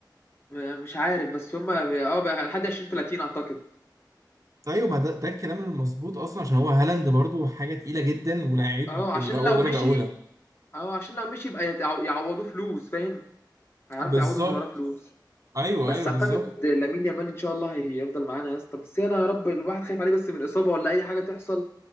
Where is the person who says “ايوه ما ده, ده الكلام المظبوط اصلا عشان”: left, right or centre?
Right